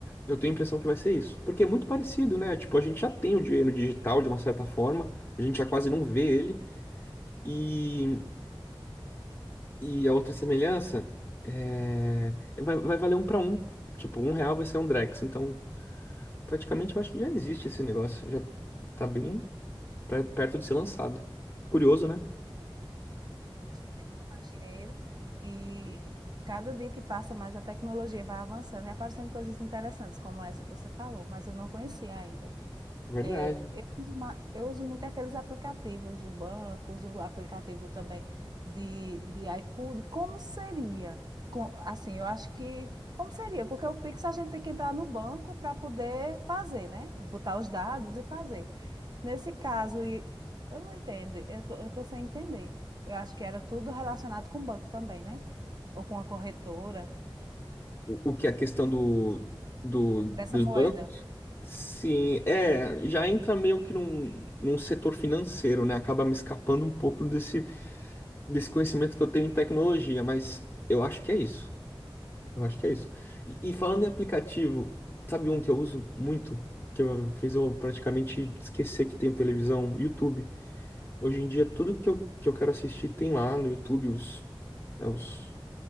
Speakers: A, on the left; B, on the right.
A: Eu tenho a impressão que vai ser isso. Porque é muito parecido, né? Tipo, a gente já tem o dinheiro digital de uma certa forma, a gente já quase não vê ele. E. E a outra semelhança é... vai, vai valer um para um. Tipo, um real vai ser um Drex. Então, praticamente eu acho que já existe esse negócio. Já tá bem pre- perto de ser lançado. Curioso, né?
B: a gente nem precisa mais dinheiro e cada dia que passa mais a tecnologia vai avançando e aparecendo coisas interessantes como essa que você falou, mas eu não conhecia ainda.
A: Verdade.
B: É, eu uso, ma- eu uso muito aqueles aplicativos de banco, uso o aplicativo também de, de iFood. Como seria? Com- assim, eu acho que. Como seria? Porque o Pix a gente tem que entrar no banco para poder fazer, né? Botar os dados e fazer. Nesse caso, e, eu não entendo, eu tô, eu tô sem entender. Eu acho que era tudo relacionado com o banco também, né? Ou com a corretora
A: O, o que é a questão do, do, dos
B: dessa moeda.
A: bancos? Sim, é, já entra meio que num, num setor financeiro, né? Acaba me escapando um pouco desse, desse conhecimento que eu tenho em tecnologia, mas eu acho que é isso. Eu acho que é isso. E, e falando em aplicativo, sabe um que eu uso muito, que eu, fez eu praticamente esquecer que tenho televisão? YouTube. Hoje em dia, tudo que eu, que eu quero assistir tem lá no YouTube. Os, né, os